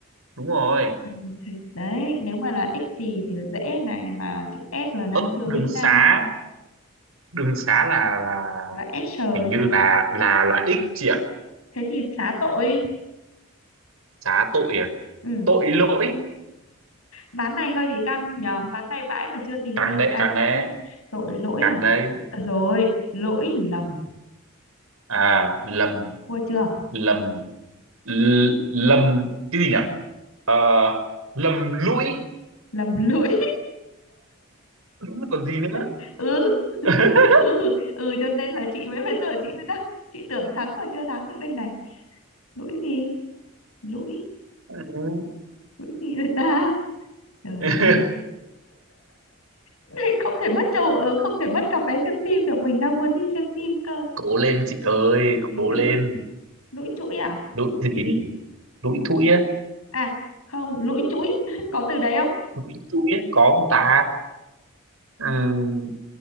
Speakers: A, on the right; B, on the left.
A: đúng rồi
B: Ừ, thì đấy nếu mà là x gì thì là dễ này mà chữ S là đang
A: ơ
B: chưa
A: đường
B: nghĩ ra
A: xá đường xá là là
B: là S sờ
A: hình
B: hay
A: như
B: sao
A: là
B: á.
A: là là X chị ạ
B: thế thì xá tội
A: xá tội à
B: ừ.
A: tội lỗi
B: ván này hơi bị căng nhờ ván này vãi mà chưa tìm
A: càng
B: ra được
A: đấy
B: ai
A: càng
B: thắng
A: đấy
B: này tội lỗi
A: càng
B: à
A: đấy
B: Ờ, rồi lỗi lầm
A: à lầm
B: thua chưa
A: lầm l- lầm cái gì nhỉ Ờ, lầm lũi
B: lầm lũi
A: đúng là còn gì nữa
B: <laughs> ừ.
A: <laughs>
B: ừ ừ cho nên là chị mới bây giờ chị mới đang chị tưởng thắng mà chưa thắng được đây này lũi gì lũi
A: Ừ.
B: lũi gì rồi ta trời
A: <laughs>
B: ơi <laughs> không thể mất chỗ ờ, không thể mất cặp vé xem phim được mình đang muốn đi xem phim cơ
A: cố lên chị ơi
B: lũi
A: cố lên
B: lũi chuỗi à
A: lũi gì lũi thũi á
B: à không lũi chuỗi <laughs> có từ đấy không
A: lũi thũi á có không ta ừ,